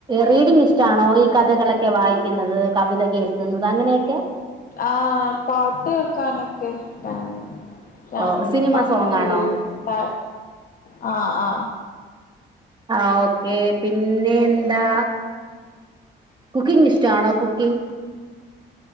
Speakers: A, on the right (about 20°); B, on the left (about 45°).
A: റീഡിങ് ഇഷ്ട്ടാണോ
B: ആഹ്
A: ഈകഥകളൊക്കെ വായിക്കുന്നത്. കവിത കേൾക്കുന്നത് അങ്ങനെയൊക്കെ
B: ആ പാട്ട് കേൾക്കാനൊക്കെ ഇഷ്ടാണ്
A: ഓ
B: നമുക്ക്
A: സിനിമ
B: അങ്ങനെ
A: സോങ്
B: ഒഴിവ്ആ
A: ആണോ
B: ആ
A: ആ ഓക്കേ പിന്നെ എന്താ കുക്കിംഗ്ഇഷ്ടാണോ കുക്കിംഗ